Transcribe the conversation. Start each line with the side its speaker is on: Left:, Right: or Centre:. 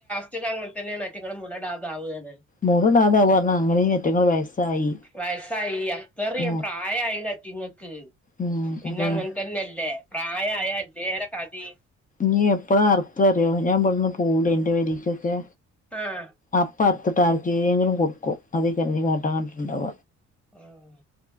Centre: പറ്റുക അങ്ങൻ തന്നേണ്. അറ്റങ്ങളും മുടടാതാവാണ്
Left: മൂട ടാതാവ പറ്ഞ്ഞ അങ്ങനെ ഇറ്റങ്ങള് വയസ്സായി
Centre: വയസ്സായി അത്തറിം
Left: ആഹ്
Centre: പ്രായ ആയില്ലറ്റിങ്ങക്ക്
Left: ഉം
Centre: പിന്നെ
Left: അതാണ്
Centre: അങ്ങൻ തന്നെ അല്ലേ. പ്രായായ അല്ലേറെ കഥി
Left: നീ എപ്പഴാ ആറ്ക്ക അറിയോ. ഞാൻ ഇ ബെടുന്ന് പോവൂലെ ഇന്റെ പേരിക്കൊക്കെ
Centre: ആഹ്
Left: അപ്പ അറ്ത്ട്ട് ആര്ക്കേങ്കിലും കൊട്ക്കും. അതേയ്ക്കാര <unintelligible> ക്കാട്ടാ ഇണ്ടാവ
Centre: ആഹ്